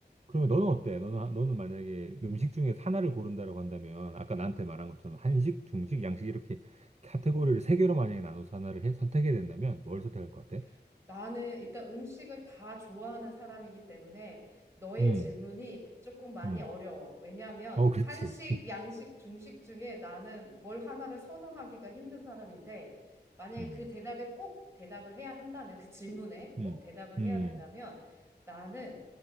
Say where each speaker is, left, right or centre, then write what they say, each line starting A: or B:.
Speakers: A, on the right; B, on the right.
A: 그러면 너는 어때? 너는 너는 만약에 음식
B: 응,
A: 중에서 하나를 고른다라고 한다면 아까
B: 응,
A: 나한테 말한 것처럼 한식,
B: 응,
A: 중식, 양식 이렇게 카테고리를 세 개로 만약에 나눠서 하나를 해, 선택해야 된다면 뭘
B: 응.
A: 선택할 것 같아?
B: 나는 일단 음식을 다 좋아하는 사람이기 때문에 너의
A: 음,
B: 질문이 조금 많이
A: 음,
B: 어려워. 왜냐하면
A: 어, 그렇지.
B: 한식,
A: <laughs>
B: 양식, 중식 중에 나는 뭘 하나를 선호하기가 힘든 사람인데 만약에
A: 음,
B: 그 대답에 꼭 대답을 해야 한다면 그 질문에
A: 음,
B: 꼭 대답을
A: 음.
B: 해야 된다면 나는